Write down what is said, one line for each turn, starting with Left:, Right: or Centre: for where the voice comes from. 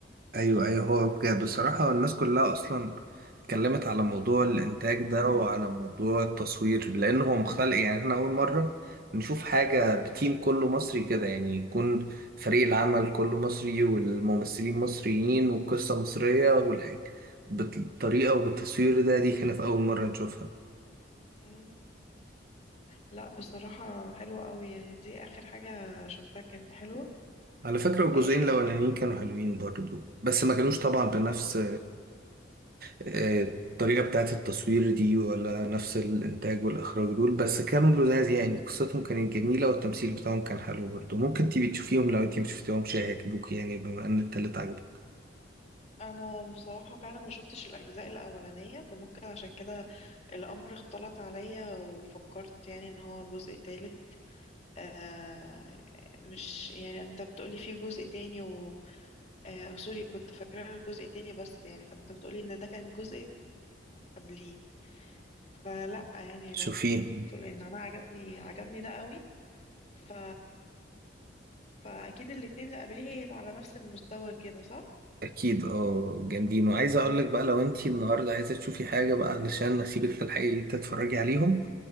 Right: ايوه ايوه هو بجد بصراحة الناس كلها اصلا اتكلمت على موضوع الانتاج ده وعلى موضوع التصوير لان هو مختلف يعني احنا اول مرة نشوف حاجة بتيم كله مصري كده يعني يكون فريق العمل كله مصري والممثلين مصريين والقصة مصرية والحاجة بالطريقة وبالتصوير ده دي كانت اول مرة نشوفها
Left: مم. لا بصراحة حلوة قوي يعني دي اخر حاجة شفتها كانت حلوة
Right: على فكرة الجزئين
Left: آه،
Right: الاولانيين كانوا حلوين برضو بس ما كانوش طبعا بنفس آه، الطريقة بتاعت التصوير دي ولا نفس الإنتاج والإخراج دول بس كانوا لذاذ يعني قصتهم كانت جميلة والتمثيل بتاعهم كان حلو برضه ممكن تيجي تشوفيهم لو أنت مشفتيهمش هيعجبوك يعني بما إن التالت عجبك
Left: انا بصراحة فعلا ما شفتش الاجزاء الاولانية فممكن عشان كده الامر اختلط عليا وفكرت يعني ان هو جزء تالت آه مش يعني انت بتقولي فيه جزء تاني و آه سوري كنت فاكرة الجزء تاني بس يعني فانت بتقولي ان ده كان جزء قبليه فلا يعني
Right: شوفيهم
Left: لو لان انا عجبني عجبني ده قوي ف فاكيد الاتنين اللي قبليه هي على نفس المستوى كده صح
Right: أكيد أه جامدين وعايز أقولك بقى لو أنت النهاردة عايزة تشوفي حاجة بقى علشان نسيبك في الحقيقة تتفرجي عليهم